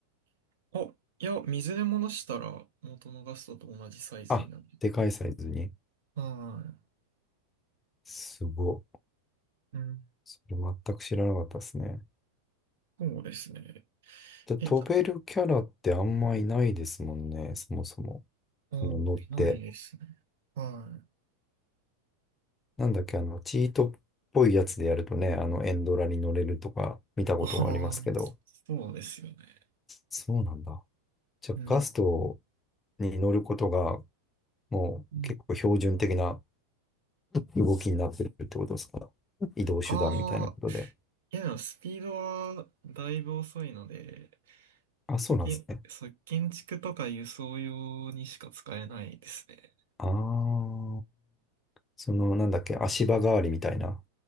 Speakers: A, on the right (about 55°); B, on the left (about 15°).
A: あ、いや、水で戻したら元のガストと同じサイズになる。
B: あ、でかいサイズに。
A: は
B: すご。
A: い。うん。
B: それ全く知らなかったですね。
A: そうですね。
B: で、
A: え、
B: 飛べるキャラってあんまいないですもんね、そもそも。
A: あ、
B: その乗って。
A: いないですね。はい。
B: なんだっけ、あの、チートっぽいやつでやるとね、あの、エンドラに乗れるとか見たことがありますけど。
A: ああ、そうですよね。
B: そうなんだ。じゃあ、
A: うん。
B: ガストに乗ることが、もう結構標準的な
A: うん
B: 動きになってるってことですか移動手段みたいなことで。
A: ああ、いやでもスピードはだいぶ遅いので、
B: あ、そうなんですね。
A: け、そう建築とか輸送用にしか使えないですね。
B: ああ、その、なんだっけ、足場代わりみたいな。